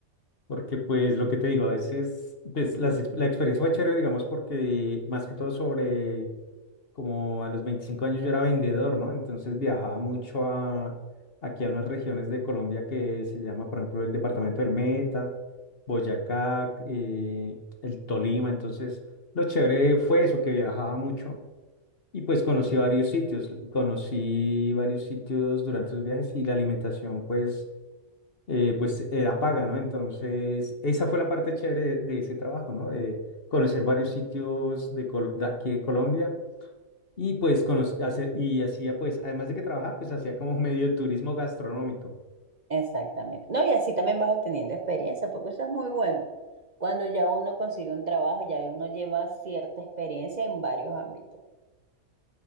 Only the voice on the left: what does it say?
porque pues lo que te digo, a veces, pues las ex- la experiencia fue chévere, digamos, porque más que todo sobre como a los 25 años yo era vendedor, ¿no? Entonces viajaba mucho a, aquí a unas regiones de Colombia que se llama, por ejemplo, el departamento del Meta, Boyacá, eh, el Tolima. Entonces, lo chévere fue eso, que viajaba mucho y pues conocí varios sitios, conocí varios sitios durante los viajes y la alimentación, pues... eh, pues era paga, ¿no? Entonces, esa fue la parte chévere de, de ese trabajo, ¿no? De conocer varios sitios de, Col- de aquí de Colombia y pues conoc- hacer, y hacía pues, además de que trabajaba, pues hacía como <laughs> medio turismo gastronómico.